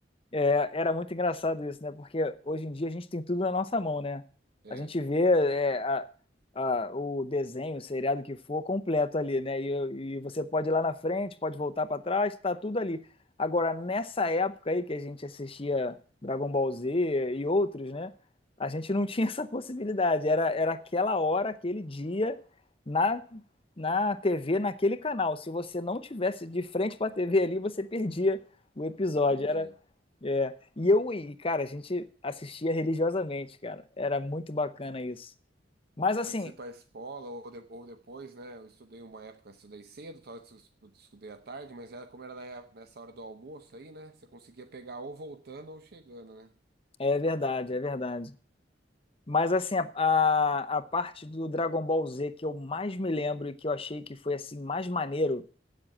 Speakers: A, on the left; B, on the right.
A: É, era muito engraçado isso, né? Porque hoje em dia a gente tem tudo na nossa mão, né?
B: É,
A: A gente vê é, a- a- o desenho, o seriado que for completo ali, né? E, e você pode ir lá na frente, pode voltar para trás, tá tudo ali. Agora, nessa época aí que a gente assistia Dragon Ball Z e outros, né? A gente não
B: você
A: tinha <laughs> essa possibilidade. Era, era aquela hora, aquele dia, na, na TV, naquele canal. Se você não tivesse de frente para a TV ali, você perdia o episódio.
B: perdia.
A: É. E eu e, cara, a gente assistia religiosamente, cara. Era muito bacana isso. Mas assim,
B: Antes de ir pra escola ou, de- ou depois, né? Eu estudei uma época, estudei cedo, talvez eu estudei à tarde, mas era como era na época- nessa hora do almoço aí, né? Você conseguia pegar ou voltando ou chegando, né?
A: é verdade, é verdade. Mas assim, a, a, a parte do Dragon Ball Z que eu mais me lembro e que eu achei que foi assim mais maneiro,